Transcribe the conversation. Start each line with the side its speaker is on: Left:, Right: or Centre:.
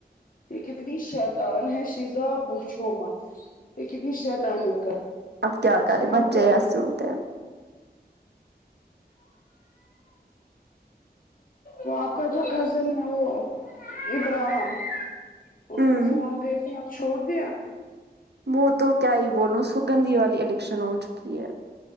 Left: یہ کتنی شیطان ہے شیزاں پوچھو مت یہ کتنی شیطان ہے
Right: اب کیا کرے
Left: ہم
Right: بچے
Left: تو
Right: ایسے ہوتےہیں
Left: وہ آپ کا جو کزن ہے وہ ابراہم اس
Right: ہوں
Left: نے فون دے کے آپ چھوڑ دیا
Right: وہ تو کیا ہی بولو سگندھی والی الیکشن ہو چکی ہے